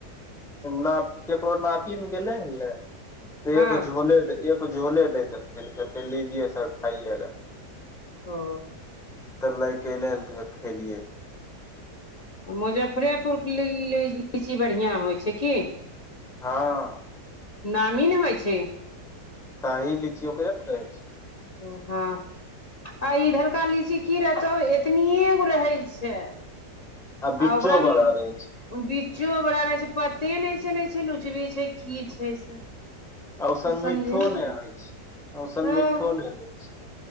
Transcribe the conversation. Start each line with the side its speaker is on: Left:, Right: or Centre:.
Centre: नाप केकरो नातिन गेलें हन न तऽ
Left: हँ
Centre: एको झोले देल एक झोले दे देलके लीजए सर खाइयेगा।
Left: ओ।
Centre: तऽ लै के रात में खेलिये।
Left: मुजफ्फरेपुरके लीं -लीं लीची बढ़ियां होइ छै की।
Centre: हाँ।
Left: नामी न होइ छैय।
Centre: शाही लीची ओकरे न कहै छै।
Left: ओ हाँ। आ इधड़का लीची की रहतौ एतनिए गो रहै छैय।
Centre: बिच्चो
Left: आ ओकरा
Centre: बड़ा
Left: मऽ
Centre: रहै छै
Left: बिच्चों बड़ा रहै छै पते ने चलै छै लुचबी छै की छै से।
Centre: औसन
Left: कुछ समझेमे
Centre: मिटठ्ठो
Left: नहि
Centre: ने होइ छै औसन
Left: हँ
Centre: मिटठ्ठो ने होऽ।